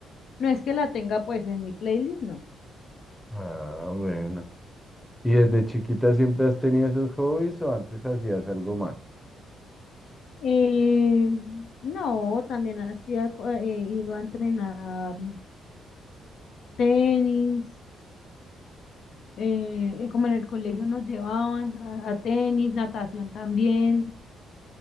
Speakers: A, on the left; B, in the centre.
A: no es que la tenga pues en mi playlist, no.
B: Ah, bueno. ¿Y desde chiquita siempre has tenido esos hobbies o antes hacías algo más?
A: Eh, no, también hacía, co- eh, iba a entrenar tenis, eh, eh, como en el colegio nos llevaban a, a tenis, natación también,